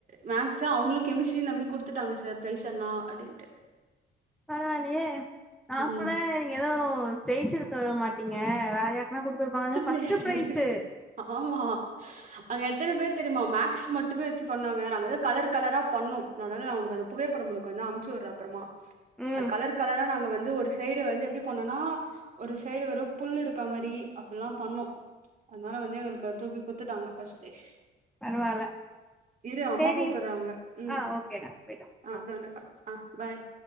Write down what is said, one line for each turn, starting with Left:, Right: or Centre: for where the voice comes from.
Right: மேக்ஸ் அவங்களு கெமிஸ்ட்ரி நம்பி குடுத்துட்டாங்க சார் பிரைஸ் என்னா அடின்ட்டு
Centre: பரவாயில்லயே நா
Right: ம்
Centre: கூட நீங்க ஏதோ ஜெயிச்சுருக்க மாட்டீங்க வேறயா ம குடுத்துருப்பாங்க ஃபர்ஸ்ட்
Right: பிளேஸ்ல
Centre: ப்ரைஸு
Right: இருக்கு. ஆமா அங்க எத்தன பேர் தெரியுமா மேக்ஸ் மட்டுமே வச்சி பண்ணுவாங்க நாங்க எதோ கலர் கலரா பண்ணோ அதல்லா உனக்கு அது புகைப்படம் உனக்கு வந்து அம்ச்சு உடுற அப்புறமா
Centre: ம்
Right: அ கலர் கலரா நாங்க வந்து ஒரு சைடு வந்து எப்டி பண்ணோன்னா ஒரு சைடு வெறு புல் இருக்க மாரி அப்டிலா பண்ணோ அதனால வந்து எங்களுக்கு தூக்கி குத்துட்டாங்க பர்ஸ்ட் பிரைஸ்
Centre: பரவால்ல
Right: இரு அம்மா
Centre: சேரி
Right: கூப்றாங்க ம்
Centre: ஆ ஓகேடா போயிட்டு
Right: அ
Centre: ஆ
Right: அப்ரோ வந்தக்கா ஆ பாய்